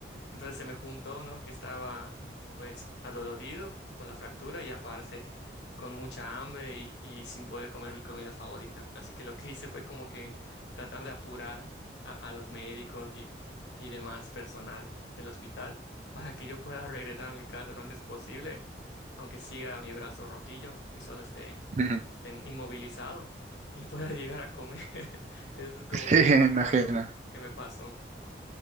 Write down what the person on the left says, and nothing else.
Entonces se me juntó, ¿no? Que estaba pues adolorido por la fractura y aparte con mucha hambre y, y sin poder comer mi comida favorita. Así que lo que hice fue como que tratar de apurar a, a los médicos y, y demás personal del hospital para que yo pueda <laughs> regresar a mi casa lo antes posible, aunque siga mi brazo rotillo y solo esté,
esté inmovilizado y <laughs> pueda llegar a comer. <laughs> Eso es como
que lo más
random que me pasó.